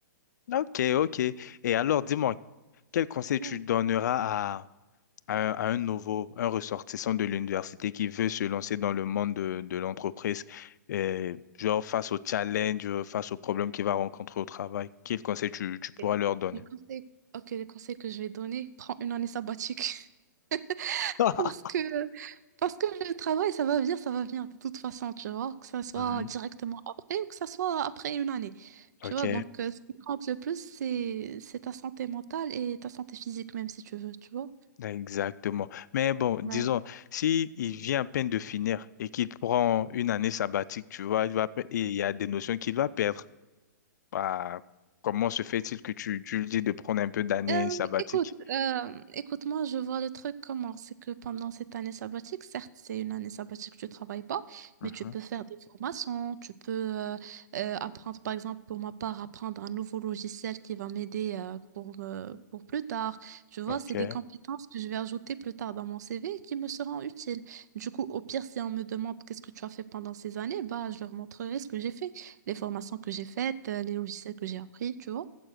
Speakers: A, on the left; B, on the right.
A: Ok, ok. Et alors, dis-moi, quel conseil tu
B: Ouais.
A: donneras à, à un nouveau, un ressortissant de l'université qui veut se lancer dans le monde de, de l'entreprise, et genre face au challenge, euh, face aux problèmes qu'il va rencontrer au travail, quel conseil tu, tu pourras
B: Ok.
A: leur donner?
B: Le conseil, ok, le conseil que je vais donner, prends une année sabbatique. <laughs>
A: <laughs>
B: Parce que, parce que le travail, ça va venir, ça va venir de toute façon, tu vois, que ça soit
A: Mhm.
B: directement après ou que ça soit après une année. Tu
A: Ok,
B: vois, donc euh, ce qui compte le plus, c'est, c'est ta santé mentale et ta santé physique, même si tu veux, tu vois.
A: exactement. Mais bon, disons,
B: Ouais.
A: si il vient à peine de finir et qu'il prend une année sabbatique, tu vois, il va, pe- et il y a des notions qu'il va perdre. Bah, comment se fait-il que tu, tu lui dis de prendre un peu d'année
B: Euh,
A: sabbatique?
B: écoute, euh, écoute, moi je vois le truc comment, c'est que pendant cette année sabbatique, certes c'est une année sabbatique, tu travailles pas,
A: Mhm.
B: mais tu peux faire des formations, tu peux euh, euh, apprendre, par exemple pour ma part, apprendre un nouveau logiciel qui va m'aider euh, pour, euh, pour plus tard. Tu vois,
A: Ok.
B: c'est des compétences que je vais ajouter plus tard dans mon CV et qui me seront utiles. Du coup, au pire, si on me demande qu'est-ce que tu as fait pendant ces années, bah je leur montrerai ce que j'ai fait, les formations que j'ai faites, euh, les logiciels que j'ai appris, tu vois.